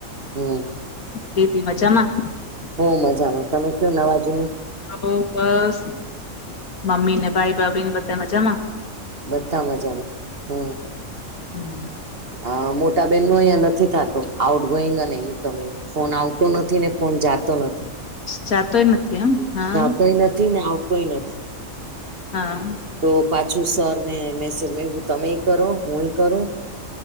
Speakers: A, on the right; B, on the left.
A: હમ
B: બેબી મજામાં.
A: હમ મજામાં તમે કયો નવા જુની.
B: <unintelligible> બસ મમ્મી ને ભાઈ ભાભી બધા મજામાં.
A: બધા મજામાં હમ.
B: હમમ.
A: હ મોટાબન નું અહિયાયા નથી થતું. આઉટ ગોઈંગ અને ઇનકમિંગ ફોન આવતો નથી ને ફોન જાતો નથી.
B: જાતો નથી. એમ.
A: જાતોય નથી ને આવતી. કોઈ નથી.
B: હા.
A: તો પાછું સર ને મેસેજ મા તમે કરો હું કરું.